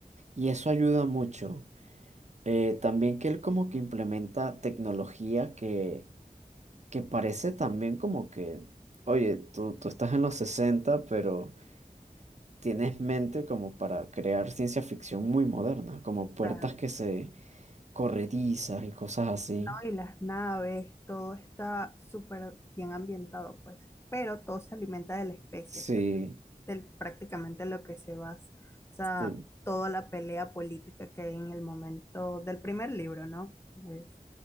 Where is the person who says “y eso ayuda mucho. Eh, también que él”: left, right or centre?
Right